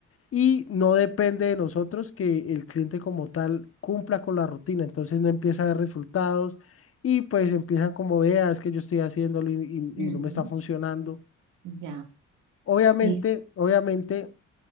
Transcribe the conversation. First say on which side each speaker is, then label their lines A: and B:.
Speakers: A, on the left; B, on the right.
A: y no depende de nosotros que el cliente como tal cumpla con la rutina, entonces no empieza a ver resultados y pues empiezan como veas es que yo estoy haciéndolo y, y-
B: Ujú,
A: y no me está funcionando.
B: Ya,
A: Obviamente,
B: listo,
A: obviamente